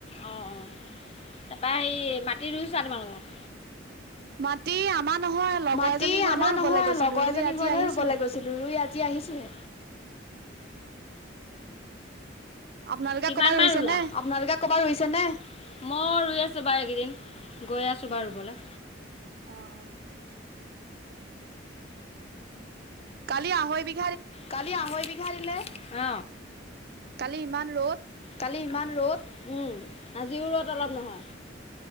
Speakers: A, on the left; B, on the right.
A: অ অ তাৰপা সেই মাটি ৰুই চা তোমালোকৰ
B: মাটি আমাৰ নহয় লগৰ
A: মাটি
B: এজনী ঘৰতহে
A: আমাৰ
B: ৰুবলৈ
A: নহয়
B: গৈছিলো
A: লগৰ
B: ৰুই
A: এজনী
B: আজি
A: ঘতহে
B: আহিছোহে।
A: ৰুবলৈ গৈছিলো ৰুই আ আজি আহিছোহে
B: <inaudible> আপোনালোকে
A: কিমান
B: ক'ৰবাত ৰুইছে
A: মান ৰুলা?
B: নে?
A: আপোনালোকে ক'বাত ৰুইছে নে মই ৰুই আছোঁ বাৰু এইকেইদিন গৈ আছোঁ বাৰু ৰুবলৈ
B: আহ অ' কালি আহৈবিঘা
A: কালি আহৈ বিঘাদিলে হ <unintelligible>
B: কালি ইমান ৰ'দ
A: কালি ইমান ৰ'দ। উম আজিও ৰ'দ অলপ নহয়।